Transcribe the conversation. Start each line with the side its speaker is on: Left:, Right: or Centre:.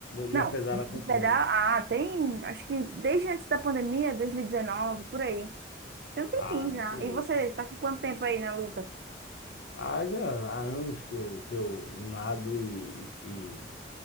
Right: não,
Left: Já pedala
Right: de
Left: há quantos
Right: pedal,
Left: anos?
Right: ah, tem, acho que desde antes da pandemia, 2019, por aí. Tem um tempinho
Left: Ah,
Right: já.
Left: beleza.
Right: E você, tá com quanto tempo aí na luta?
Left: Ah, já há anos que eu, que eu nado e, e- e-